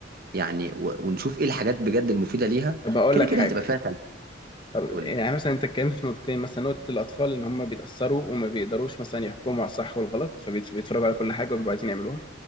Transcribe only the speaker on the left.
طب أقول
لك
حاجة
طب
يعني مثلا انت اتكلمت في نقطتين مثلا نقطه الاطفال ان هم بيتاثروا وما بيقدروش مثلا يحكموا على الصح والغلط فبيتفرجوا على كل حاجه وبيبقوا عايزين يعملوها